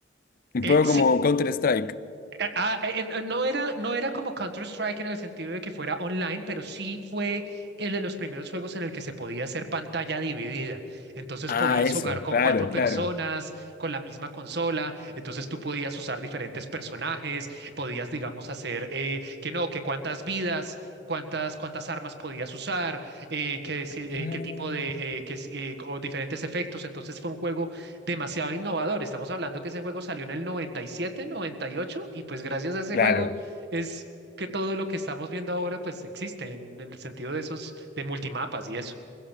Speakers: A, on the left; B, on the right.
A: un
B: Eh,
A: poco
B: si
A: como Counter-Strike.
B: Eh, ah, eh, eh, no era, no era como Counter-Strike en el sentido de que fuera online, pero sí fue el de los primeros juegos en el que se podía hacer pantalla dividida. Entonces
A: Ah,
B: podías
A: eso,
B: jugar con
A: claro,
B: cuatro personas,
A: claro,
B: con la misma consola, entonces tú podías usar diferentes personajes, podías, digamos, hacer eh, que no, que cuántas vidas, cuántas, cuántas armas podías usar, eh, que si- eh,
A: Ah,
B: qué tipo de, eh, que si- eh, o diferentes efectos. Entonces fue un juego demasiado innovador. Estamos hablando que ese juego salió en el 97, 98 y ocho, y pues gracias a ese
A: claro.
B: juego es que todo lo que estamos viendo ahora pues existe en, en el sentido de esos, de multimapas y eso.